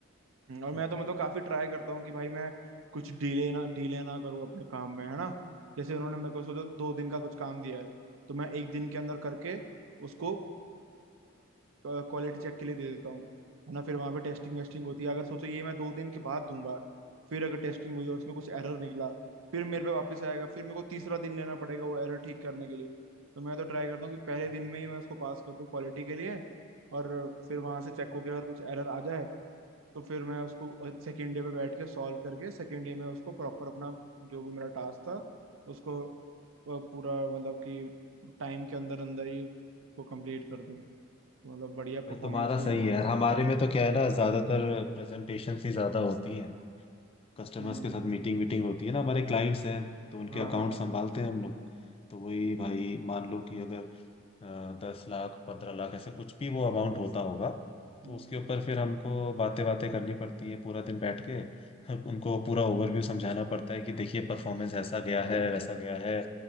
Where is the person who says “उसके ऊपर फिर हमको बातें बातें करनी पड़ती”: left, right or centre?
Left